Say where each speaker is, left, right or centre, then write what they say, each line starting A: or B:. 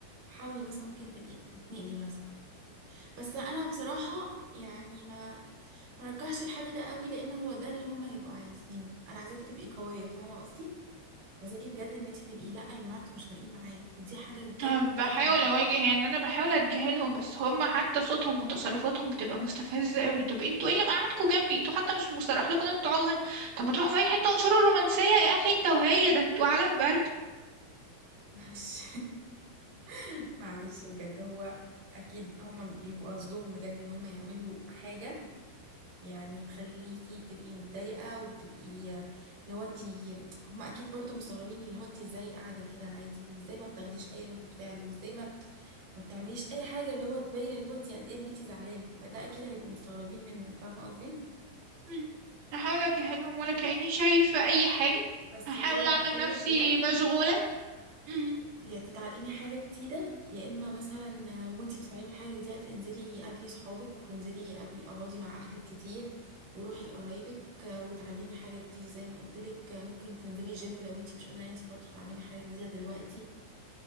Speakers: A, on the right; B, on the right.
A: حاولي مثلا ممكن تلاقي تتنقلي مثلا بس انا بصراحه يعني ما مرجحش الحل ده قوي لان هو ده اللي هما هيبقوا عايزينه انا عايزاكي تبقي قويه فاهمه قصدي عايزاكي بجد ان انت تبقي لا يا جماعه انتوا مش فارقين معايا ودي حاجه بجد
B: أه، بحاول
A: بجد
B: اواجه يعني انا بحاول اتجاهلهم بس هم حتى صوتهم وتصرفاتهم بتبقى مستفزه قوي طب انتوا ايه اللي مقعدكوا جنبي انتوا حتى مش مصرح لكم ان انتوا تقعدوا هنا طب ما تروحوا في اي حته وانشروا الرومانسيه يا اخي انت وهي ده انتوا عالم برد
A: معلش <laughs> معلش بجد هو اكيد هما بيبقوا قصدهم بجد ان هما يعملوا حاجه يعني تخليكي تبقي متضايقه وتبقي اللي هو انت هما اكيد برضو مستغربين اللي هو انت ازاي قاعده كده عادي وازاي ما بتاخديش اي ردة فعل وازاي ما ما بتعمليش اي حاجه اللي هو تبين اللي هو انت قد ايه ان انت زعلانه فده اكيد هيبقوا مستغربين منه فاهمه قصدي
B: مم. هحاول اتجاهلهم ولا كاني شايفه اي حاجه
A: بس
B: هحاول
A: وزي ما
B: اعمل
A: بقول
B: نفسي
A: لك بجد
B: مشغوله مم.
A: يا تتعلمي حاجه جديده يا اما مثلا وانت بتتعلمي حاجه جديده انزلي قابلي صحابك وانزلي قابلي اقعدي مع اهلك كتير وروحي لقرايبك وتعلمي حاجه جديده زي ما قلت لك ممكن تنزلي جيم لو انت مش قادره ان انت برضه تتعلمي حاجه جديده دلوقتي